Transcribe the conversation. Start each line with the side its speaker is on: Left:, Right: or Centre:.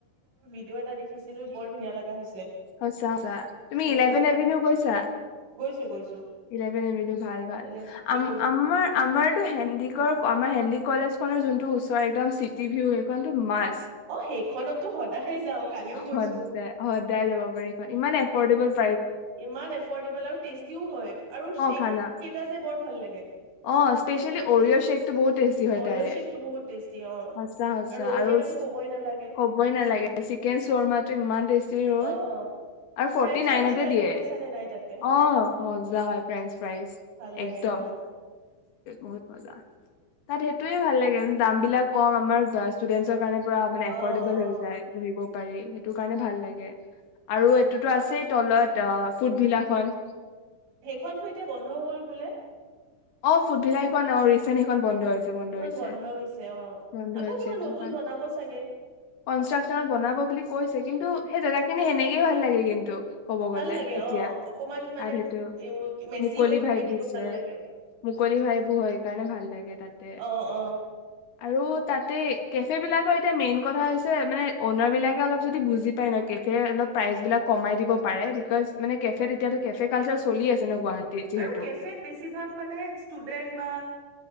Right: ও এটা দেখিছিলো বৰ ধুনীয়া লগা হৈছে
Left: সঁচা তুমি
Right: উম
Left: ইলেভেন এভিনিও গৈছা
Right: গৈছো গৈছো
Left: ইলেভেন এভিনিউ ভাল ভাল
Right: এনে উম
Left: আমাৰ আমাৰ এইটো হেণ্ডিগড় আমাৰ হেণ্ডিগড় কলেজ খনৰ যোনটো ওচৰত একদম চিটি ভিউ সেইখনো মাছ
Right: অ সেইখনতো সদায়ে যাও কালিও গৈছো
Left: সদায় সদায় যাব পাৰে সেইখন ইমান এফৰ্ডেবল অ
Right: ইমান এফৰ্ডেবল আৰু টেষ্টিও হয় আৰু শ্বেক
Left: খালা
Right: কেইটা যে বৰ ভাল লাগে
Left: অ ইচপেচিয়েলী সৰিঅ শ্বেকটো বহুত তেষ্টী হয়
Right: অৰিঅ'
Left: তাৰে
Right: শ্বেকটো বহুত টেষ্টি অ
Left: সঁচা সঁচা
Right: ৰ'ল
Left: আৰু
Right: কেইটাতো ক'বই নালাগে
Left: কবইনালগে চিকেন <unintelligible> সাওমাটো ইমান টেষ্টি আৰু
Right: অ
Left: ফৰটি
Right: ফ্ৰেঞ্চ
Left: নাইনতে
Right: ফ্ৰাইজ ট্ৰাই
Left: দিয়ে
Right: কৰিছানে নাই তাতে
Left: অ মজা হয় ফ্ৰেঞ্চ ফ্ৰাইজ
Right: ভাল লাগে
Left: একদম
Right: অ
Left: বহুত মজা তাত সেইটোয়ে ভাল লাগে দাম বিলাক কম আমাৰ ষ্টুডেণ্টৰ কাৰণে মানে
Right: অ
Left: এফৰ্ডেবল
Right: অ
Left: হৈ যায় সেইটো কাৰণে ভাল লাগে আৰু এইটোতো আছেই তলত অ ফুটভিলাখনন
Right: সেইখনতো এতিয়া বন্ধ হ'ল বোলে
Left: অ ফুটবিলা সেইখন অ ৰিচেন্ট সেইখন বন্ধ হৈছে বন্ধ
Right: সেইখন
Left: হৈছে
Right: হৈছে অ
Left: বন্ধ
Right: আকৌ
Left: হৈছে
Right: কিবা
Left: সেটো
Right: নতুন
Left: কাৰণে
Right: বনাব চাগে
Left: কন্ৰাকখনত বনাব বুলি কৈছে কিন্তু সেই জেগা খিনি সেনেকেই ভাল লাগে কিন্তু ক'ব
Right: ভাল
Left: গ'লে
Right: লাগে
Left: এতিয়া
Right: অ অকমান মানে
Left: আৰু সেইটো
Right: মেচি
Left: মুকলি
Right: হৈ থাকে
Left: ভাইব
Right: কিন্তু
Left: দিছে
Right: ভাল লাগে
Left: মুকলি ভাইবোৰ সেইকাৰণে ভাল লাগে তাতে
Right: অ অ
Left: আৰু তাতে কেফে বিলাকৰ এতিয়া মেইন কথা হৈছে মানে অনাৰ বিলাকে অলপ যদি বুজি পাই ন কেফে অলপ প্ৰাইচ বিলাক কমাই দিব পাৰে বিকজ মানে কেফ এতিয়াাতো কেফে কালচাৰ চলি আছে ন গুৱাহাটীত যিহেতু।
Right: আৰু কেফেত বেছিভাগ মানে ষ্টুডেন্ বা